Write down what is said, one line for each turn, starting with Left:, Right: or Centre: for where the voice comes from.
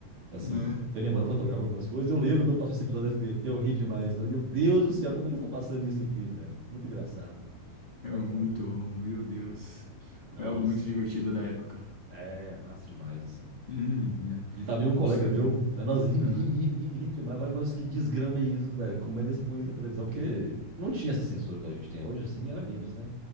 Right: Assim,
Left: né?
Right: eu tenho memória fotográfica algumas coisas. Eu lembro quando passou esse episódio da SBT, eu ri demais. Eu falei, meu Deus do céu, como é que eles estão passando isso aqui, velho? Muito engraçado.
Left: É
Right: É
Left: muito
Right: foda, viu?
Left: bom, meu Deus.
Right: Nossa,
Left: Foi algo muito divertido da época.
Right: é massa demais, assim.
Left: Uhum,
Right: E tava aí um
Left: com
Right: colega
Left: certeza.
Right: meu, né, nós rim,
Left: Ah,
Right: rim, rim, rim, rim demais. Eu Falei, mas que desgrama é isso, velho? Como é que eles põem isso na televisão? Porque não tinha essa censura que a gente tem hoje, assim, era menos, né?